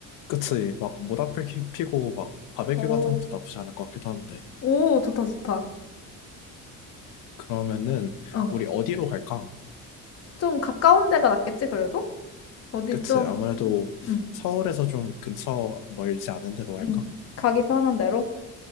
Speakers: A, on the left (about 70°); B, on the left (about 45°).
A: 그치. 막 모닥불 피- 피고 막 바베큐
B: 오,
A: 같은 것도 나쁘지 않을 것 같기도 한데.
B: 오, 좋다, 좋다.
A: 그러면은,
B: 어,
A: 우리 어디로 갈까?
B: 좀 가까운 데가 낫겠지, 그래도? 어디
A: 그치.
B: 좀,
A: 아무래도
B: 응,
A: 서울에서 좀 근처 멀지 않은 데로 할까?
B: 응. 가기 편한 데로?